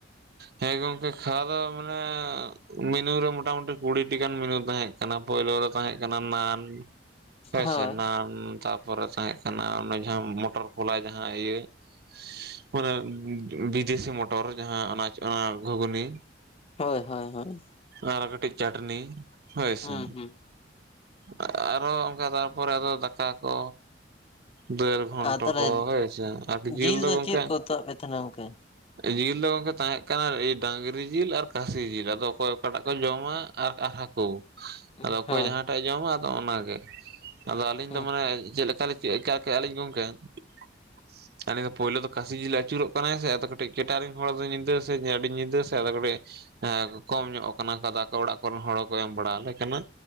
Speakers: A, on the right; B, on the left.
A: ᱦᱮᱸ ᱜᱚᱢᱠᱮ, ᱠᱷᱟᱣᱟᱣ ᱫᱚ ᱢᱟᱱᱮ ᱢᱤᱱᱩᱨᱮ ᱢᱚᱴᱟᱢᱩᱴᱤ ᱠᱩᱲᱤᱴᱤ ᱜᱟᱱ ᱢᱤᱱᱩ ᱛᱟᱦᱮᱸᱜ ᱠᱟᱱᱟ ᱯᱳᱭᱞᱳ ᱨᱮ ᱛᱟᱦᱮᱸ ᱠᱟᱱᱟ ᱱᱟᱱ ᱟᱥ-ᱥᱟ
B: ᱦᱳᱭ
A: ᱱᱟᱱ ᱛᱟᱨᱯᱚᱨᱮ ᱛᱟᱦᱮᱸᱜ ᱠᱟᱱᱟ ᱚᱱᱮ ᱡᱟᱦᱟᱸ ᱢᱚᱴᱚᱨ ᱠᱚᱞᱟᱭ ᱡᱟᱦᱟᱸ ᱤᱭᱟᱹ ᱥ-ᱩ-ᱜ ᱚᱱᱟ ᱩᱸᱜ-ᱩᱸᱜ ᱵᱤᱫᱮᱹᱥᱤ ᱢᱚᱴᱚᱨ ᱡᱟᱦᱟᱸ ᱚᱱᱟ ᱚᱱᱟ ᱜᱷᱩᱜᱩᱱᱤ
B: ᱦᱳᱭ -ᱦᱚᱭ -ᱦᱚᱭ, ᱦᱚᱜ
A: ᱟᱨ ᱠᱟᱹᱴᱤᱡ ᱪᱟᱴᱱᱤ ᱦᱚᱭ ᱥᱮ
B: ᱦᱩᱸ ᱦᱩᱸ
A: ᱦ-ᱮ-ᱜ, ᱟᱨᱚ ᱚᱝᱠᱟ ᱛᱟᱨᱯᱚᱨᱮ ᱟᱫᱚ ᱫᱟᱠᱟ ᱠᱚ ᱫᱟᱹᱲ ᱜᱚᱱᱴᱟ
B: ᱟᱨ ᱛᱟᱦᱚᱞᱮ
A: ᱠᱚ ᱦᱳᱭ ᱥᱮ ᱟᱨᱰᱤ ᱡᱮᱹᱞ
B: ᱡᱤᱞ
A: ᱫᱚ ᱜᱚᱝᱠᱮ
B: ᱪᱮᱫ ᱠᱚ ᱩᱛᱩᱣᱟᱜ ᱯᱮ ᱛᱟᱦᱮᱱᱟ ᱜᱚᱝᱠᱮ
A: ᱡᱤᱞ ᱫᱚ ᱜᱚᱝᱠᱮᱛ ᱛᱟᱦᱮᱸ ᱠᱟᱱᱟ ᱰᱟᱹᱟᱝᱨᱤ ᱡᱤᱞ ᱟᱨ ᱠᱟᱥᱤ ᱡᱤᱞ ᱟᱫᱚ ᱚᱠᱚᱭ ᱚᱠᱟᱴᱟᱜ ᱠᱚ ᱡᱚᱢᱟ ᱟᱨ ᱦᱟᱠ ᱠᱳ,
B: ᱦᱳᱭ
A: ᱟᱫᱚ ᱚᱠᱚᱭ
B: ᱦᱮᱸ
A: ᱡᱟᱦᱟᱸᱴᱟᱜ ᱮ ᱡᱚᱢᱟ ᱟᱫᱚ ᱚᱱᱟᱜᱮ ᱟᱫᱚ ᱟᱞᱤᱧ
B: ᱦᱮᱸ
A: ᱫᱚ ᱢᱟᱱᱮ ᱪᱮᱜ ᱞᱮᱠᱟᱞᱤᱧ ᱪᱮᱜ ᱠᱟ ᱠᱮᱜ ᱟᱞᱤᱧ ᱜᱚᱝᱠᱮ ᱪ-ᱚ-ᱯ, ᱪ-ᱟ-ᱯ ᱟᱞᱤᱧ ᱫᱚ ᱯᱳᱭᱞᱳ ᱫᱚ ᱠᱟᱥᱤ ᱡᱤᱞᱮ ᱟᱹᱪᱩᱨᱚᱜ ᱠᱟᱱᱟᱭ ᱥᱮ ᱟᱫᱚ ᱠᱟᱹᱴᱤᱡ ᱠᱮᱴᱟᱨᱤᱝᱜ ᱦᱚᱲ ᱫᱚ ᱧᱤᱫᱟᱹ ᱥᱮ ᱟᱹᱰᱤ ᱧᱤᱫᱟᱹ ᱥᱮ ᱟᱫᱚ ᱠᱟᱹᱴᱤᱡ ᱮᱸ ᱠᱚᱢ ᱧᱚᱜ ᱟᱠᱟᱱᱟ ᱠᱚ ᱟᱫᱟ ᱟᱠᱚ ᱚᱲᱟᱜ ᱠᱚᱨᱮᱱ ᱦᱚᱲ ᱦᱚᱸᱠᱚ ᱮᱢ ᱵᱟᱲᱟᱞᱮ ᱠᱟᱱᱟ